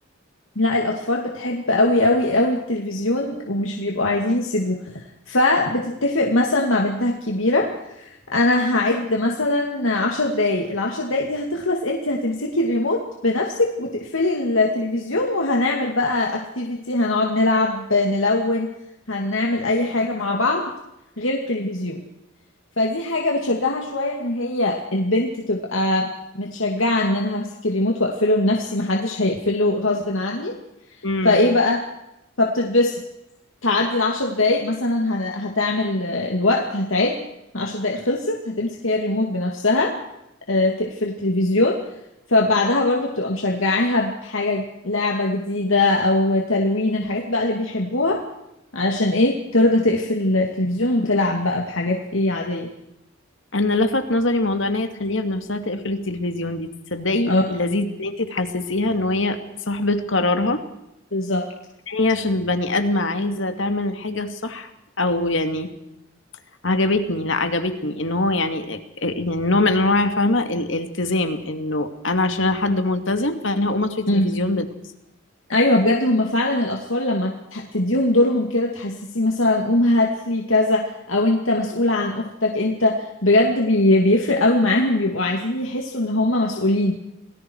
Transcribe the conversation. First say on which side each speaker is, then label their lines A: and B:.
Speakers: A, on the left (about 85°); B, on the left (about 65°).
A: لا الأطفال بتحب قوي قوي قوي التلفزيون ومش بيبقوا عايزين يسيبوه فبتتفق مثلا مع بنتها الكبيرة أنا هعد مثلا عشر دقايق العشر دقايق دي هتخلص انت هتمسكي الريموت بنفسك وتقفلي التلفزيون وهنعمل بقى اكتيفيتي هنقعد نلعب نلون هنعمل أي حاجة مع بعض غير التلفزيون فدي حاجة بتشجعها شوية ان هي البنت تبقى متشجعة ان انا همسك الريموت واقفله لنفسي محدش هيقفله غصب عني
B: امم
A: فايه بقى فبتتبسط تعدي العشر دقايق مثلا هن- هتعمل آه، الوقت هتعد عشر دقايق خلصت هتمسك هي الريموت بنفسها آه، تقفل التلفزيون فبعدها برضو بتبقى مشجعاها بحاجة لعبة جديدة أو تلوين الحاجات بقى اللي بيحبوها علشان ايه ترضى تقفل التلفزيون وتلعب بقى بحاجات ايه عادية
B: انا لفت نظري موضوع ان هي تخليها بنفسها تقفل التلفزيون دي تصدقي
A: اه
B: لذيذ ان انت تحسسيها ان هي صاحبة قرارها
A: بالظبط
B: هي عشان بني ادمة عايزة تعمل الحاجة الصح او يعني عجبتني لا عجبتني ان هو يعني يعني نوع من انواع فاهمة الالتزام انه انا عشان انا حد ملتزم فانا هقوم اطفي التلفزيون
A: مم.
B: بنفسي
A: ايوه بجد هما فعلا الاطفال لما تح- تديهم دورهم كده تحسسي مثلا قوم هات لي كذا او انت مسؤولة عن اختك انت بجد بي بيفرق قوي معاهم بيبقوا عايزين يحسوا ان هما مسؤولين